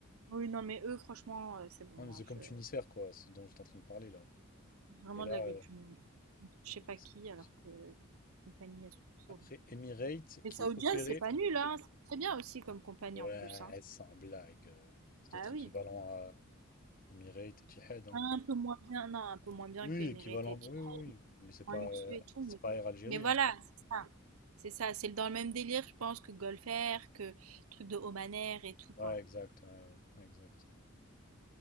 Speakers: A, on the right; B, on the left.
A: Oui, non, mais eux, franchement, heu, c'est bon,
B: Ah,
A: moi
B: mais c'est
A: je
B: comme Tunisair, quoi, ce dont j'étais en train de parler là.
A: vraiment
B: Et là,
A: de la gueule
B: euh,
A: du monde, hein. je sais
B: non,
A: pas
B: c'est
A: qui,
B: abusé.
A: alors que leurs compagnies, elles sont pourries.
B: Après, Emirates
A: Les
B: qui
A: saoudiennes,
B: est opéré,
A: c'est pas nul, hein, c'est très bien aussi comme compagnie
B: ouais,
A: en plus, hein.
B: sans blague. euh, Ça doit
A: Ah
B: être équivalent
A: oui,
B: à Emirates et Etihad, hein.
A: un peu moins bien, non, un peu moins bien
B: Oui,
A: que Emirates
B: équivalent,
A: et tout,
B: oui, oui, oui, mais c'est pas,
A: moins luxueux
B: euh,
A: et tout,
B: c'est
A: mais
B: pas Air Algérie,
A: mais voilà,
B: hein.
A: c'est ça. C'est ça, c'est dans le même délire, je pense, que Golfer, que truc de Omaner et tout, quoi.
B: Ouais, exact, ouais, ouais, ouais, exact.